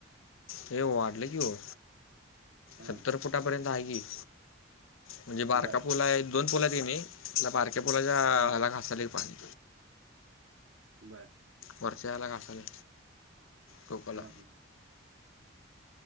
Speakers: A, on the left (about 80°); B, on the right (about 75°).
A: हे वाढले कि ओ.
B: हम्म
A: सत्तर फुटापर्यंत हाय की. म्हणजे बारका
B: बर
A: पुल हाय. दोन पुलायत किनाई. बारक्या पूलाच्या
B: हा
A: हला घासाल पाणी.
B: बरं.
A: वरच्या याला घासाले. टोकाला
B: हा, ह.